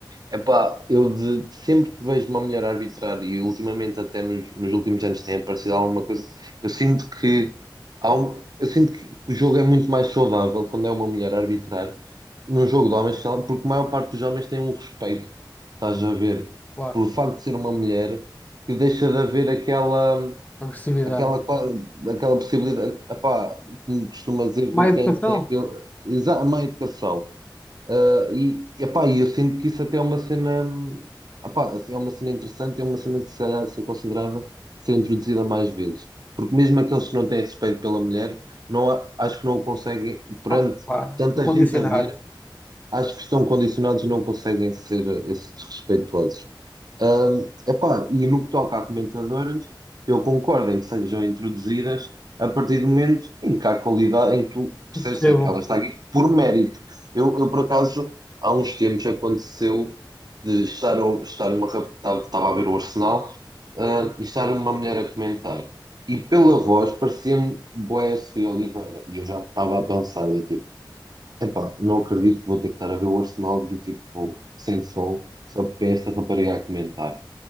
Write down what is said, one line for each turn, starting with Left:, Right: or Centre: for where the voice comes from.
Right: epá, eu de, sempre que vejo uma mulher arbitrar e ultimamente até nos, nos últimos anos tem aparecido alguma coisa, eu sinto que há um, eu sinto que o jogo é muito mais saudável quando é uma mulher a arbitrar num jogo de homens, sei lá, porque a maior parte dos homens tem um respeito, estás a ver,
Left: claro,
Right: pelo facto de ser uma mulher, que deixa de haver aquela.
Left: agressividade.
Right: aquela, qua- aquela possibilidade, epá, como costuma dizer,
Left: Má
Right: ver
Left: educação?
Right: quem tem a pil- exa- a má educação. Ah, e, epá, e eu sinto que isso até é uma cena, hum, epá, assim, é uma cena interessante, é uma cena que se calhar deve ser considerada, ser introduzida mais vezes. Porque mesmo aqueles que não têm respeito pela mulher, não, a- acho que não o conseguem, perante
Left: Ah, claro,
Right: tanta
Left: estou condicionado,
Right: gente a ver, acho que estão condicionados e não conseguem ser eh, esses desrespeitosos. Hum, epá, e no que toca a comentadoras, eu concordo em que sejam introduzidas a partir do momento em que há qualidade, em que tu
Left: que
Right: percebes
Left: percebo,
Right: assim, ela está aqui por mérito. Eu, eu, por acaso, há uns tempos aconteceu de estar, a- estar uma rap- estava estava a ver o Arsenal, ah, e estar uma mulher a comentar. E pela voz parecia-me Boécio Oliveira. E eu já estava a pensar do tipo, epá, não acredito que vou ter que estar a ver o Arsenal do tipo sem som, só porque é esta rapariga a comentar.